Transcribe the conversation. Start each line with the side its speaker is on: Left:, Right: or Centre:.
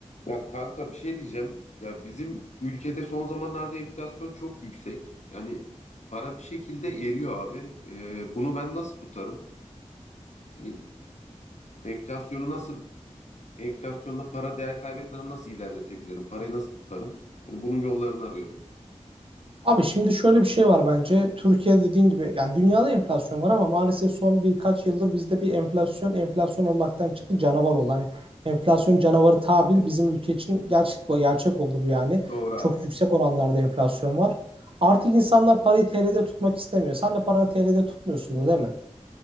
Left: Ya kanka bir şey diyeceğim. Ya bizim ülkede son zamanlarda enflasyon çok yüksek. Yani para bir şekilde eriyor abi. Ee, bunu ben nasıl tutarım? Hani enflasyonu nasıl, enflasyonda para değer kaybetmeden nasıl ilerletebilirim? Parayı nasıl tutarım? Yani bunun yollarını arıyorum.
Right: Abi şimdi şöyle bir şey var bence. Türkiye dediğin gibi yani dünyada enflasyon var ama maalesef son birkaç yıldır bizde bir enflasyon enflasyon olmaktan çıktı canavar oldu. Hani enflasyon canavarı tabir bizim ülke için gerçek, gerçek oldu bu yani.
Left: Doğru abi.
Right: Çok yüksek oranlarda enflasyon var. Artık insanlar parayı TL'de tutmak istemiyor. Sen de paranı TL'de tutmuyorsundur değil mi?